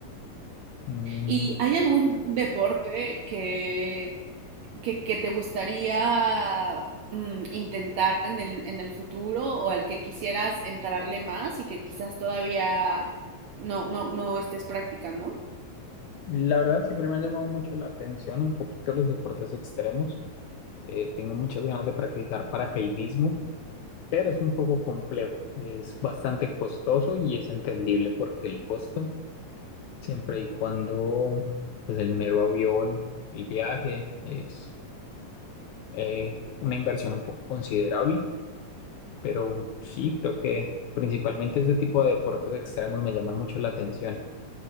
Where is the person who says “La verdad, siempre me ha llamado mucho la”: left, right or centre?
Left